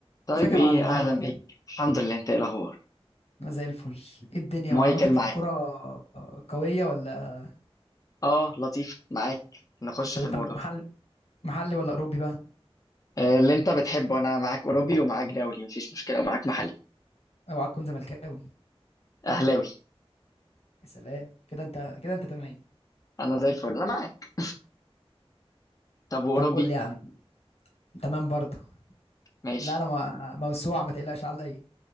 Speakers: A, on the left; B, on the left.
A: طيب
B: ازيك يا
A: ايه
B: معلم
A: اهلا
B: عامل ايه؟
A: بيك الحمد لله انت ايه الاخبار
B: انا زي الفل ايه الدنيا
A: مايكل
B: معلوماتك
A: معاك
B: في الكرة آه، قوية ولا
A: اه لطيف معاك نخش
B: طب
A: في
B: انت
A: الموضوع
B: محل محلي ولا اوروبي بقى؟
A: آه، اللي انت بتحبه انا معاك اوروبي ومعاك دولي مفيش مشكله ومعاك محلي
B: اوعى تكون زملكاوي
A: اهلاوي
B: يا سلام كده انت كده انت تمام
A: انا زي الفل انا معاك طب واوروبي
B: طب قول لي يا عم تمام برضو
A: ماشي
B: لا انا ما- موسوعة ما تقلقش عليا